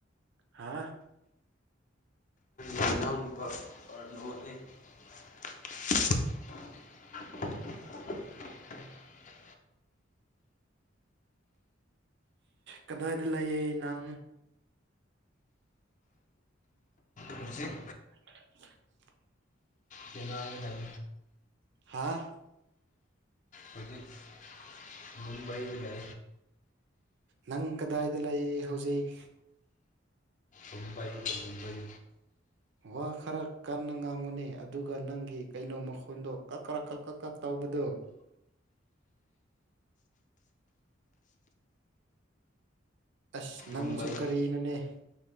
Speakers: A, on the right (about 65°); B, on the left (about 40°).
A: ꯍꯥꯥ
B: ꯅꯅꯎ ꯅꯨꯄꯥ ꯄꯔ ꯍꯣꯅꯤ <unintelligible>
A: ꯀꯗꯥꯏꯗ ꯂꯩꯌꯦ ꯅꯪ
B: ꯍꯧꯖꯤꯛ
A: <unintelligible>
B: ꯀꯩꯅꯒ ꯂꯩ
A: ꯍꯥꯥ
B: ꯍꯧꯈꯣꯏꯒꯤ ꯃꯨꯝꯕꯏꯗ
A: ꯅꯪ ꯀꯗꯥꯏꯗ ꯂꯩꯌꯦ ꯍꯧꯖꯤꯛ
B: ꯃꯨꯝꯕꯥꯏꯒ ꯃꯨꯝꯕꯩ
A: ꯋꯥ ꯈꯔ ꯀꯟꯅ ꯉꯥꯡꯉꯨꯅꯦ ꯑꯗꯨꯒ ꯅꯪꯒꯤ ꯀꯩꯅꯣ ꯃꯈꯣꯟꯗꯣ ꯀꯛ ꯀ꯭ꯔ ꯀ ꯀ ꯀ ꯇꯧ ꯍꯥꯕꯗꯣ ꯑꯁ ꯅꯪꯁꯨ
B: ꯃꯨꯝꯕꯩ
A: ꯀꯔꯤꯅꯅꯦ